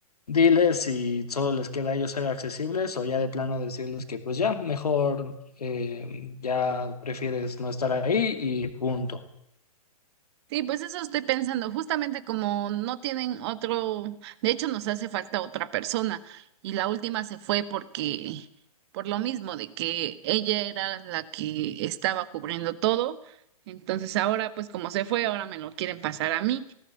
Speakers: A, on the left; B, on the right.
A: Diles si solo les queda a ellos ser accesibles o ya de plano decirles que pues ya, mejor eh, ya prefieres no estar ahí y punto.
B: Sí, pues eso estoy pensando, justamente como no tienen otro, de hecho nos hace falta otra persona y la última se fue porque, por lo mismo de que ella era la que estaba cubriendo todo, entonces ahora pues como se fue, ahora me lo quieren pasar a mí,